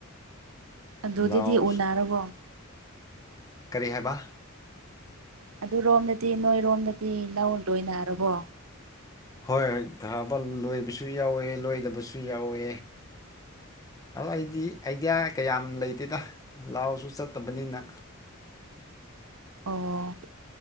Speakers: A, on the right; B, on the left.
A: ꯑꯗꯨꯗꯗꯤ
B: ꯂꯥꯎ
A: ꯎꯅꯔꯕꯣ
B: ꯀꯔꯤ ꯍꯥꯏꯕ
A: ꯑꯗꯨꯔꯣꯝꯗꯗꯤ ꯅꯣꯏꯔꯣꯝꯗꯗꯤ ꯂꯧ ꯂꯣꯏꯅꯔꯕꯣ
B: ꯍꯣꯏ ꯊꯥꯕ ꯂꯣꯏꯕꯁꯨ ꯌꯥꯎꯋꯦ ꯂꯣꯏꯗꯕꯁꯨ ꯌꯥꯎꯋꯦ ꯑꯗꯣ ꯑꯩꯗꯤ ꯑꯥꯏꯗꯤꯌꯥ ꯀꯌꯥꯝ ꯂꯩꯇꯦꯗ ꯂꯥꯎꯁꯨ ꯆꯠꯇꯕꯅꯤꯅ
A: ꯑꯣ